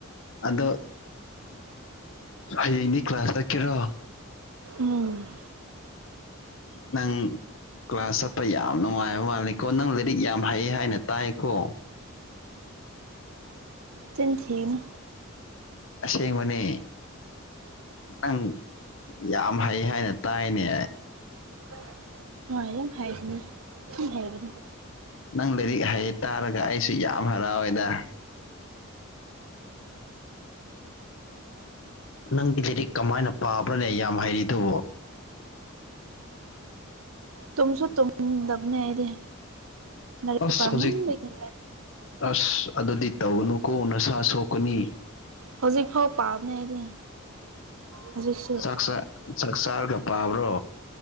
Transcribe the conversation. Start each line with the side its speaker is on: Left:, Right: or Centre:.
Left: ꯑꯗꯣ ꯍꯌꯦꯡꯗꯤ ꯀ꯭ꯂꯥꯁ ꯆꯥꯠꯀꯦꯔꯣ
Right: ꯎꯝ
Left: ꯅꯪ ꯀ꯭ꯂꯥꯁ ꯆꯠꯄ ꯌꯥꯝ ꯅꯨꯡꯉꯥꯏꯕ ꯃꯥꯜꯂꯤꯀꯣ ꯅꯪ ꯂꯥꯏꯔꯤꯛ ꯌꯥꯝ ꯍꯩ ꯍꯥꯏꯅ ꯇꯥꯏꯀꯣ
Right: ꯆꯤꯟ ꯊꯤꯒꯅꯨ
Left: ꯑꯁꯦꯡꯕꯅꯦ ꯅꯪ ꯌꯥꯝ ꯍꯩ ꯍꯦ ꯍꯥꯢꯅ ꯇꯥꯏꯅꯦ
Right: <unintelligible> ꯑꯗꯨꯝ ꯍꯥꯏꯁꯅꯨ ꯁꯨꯝ ꯍꯥꯏꯕꯅꯦ
Left: ꯅꯪ ꯂꯥꯏꯔꯤꯛ ꯍꯩꯌꯦ ꯇꯥꯔꯒ ꯑꯩꯁꯨ ꯌꯥꯝ ꯍꯔꯥꯎꯑꯦꯗ ꯅꯪꯗꯤ ꯂꯥꯢꯔꯤꯛ ꯀꯃꯥꯏꯅ ꯄꯥꯕ꯭ꯔꯅꯦ ꯌꯥꯝ ꯍꯩꯔꯤꯗꯨꯕꯨ
Right: ꯇꯨꯨꯝꯁꯨ ꯇꯨꯝꯗꯕꯅꯦ ꯑꯩꯗꯤ ꯂꯥꯏꯔꯤꯛ
Left: ꯑꯁ
Right: ꯄꯥꯃꯟꯕꯒꯤ
Left: ꯍꯧꯖꯤꯛ ꯑꯁ ꯑꯗꯨꯗꯤ ꯇꯧꯒꯅꯨꯀꯣ ꯅꯁꯥ ꯁꯣꯛꯀꯅꯤ
Right: ꯍꯧꯖꯤꯛ ꯐꯥꯎ ꯄꯥꯕꯅꯦ ꯑꯩꯗꯤ ꯍꯧꯖꯤꯛꯁꯨ
Left: ꯆꯥꯛꯆ ꯆꯥꯛ ꯆꯥꯔꯒ ꯄꯥꯕ꯭ꯔꯣ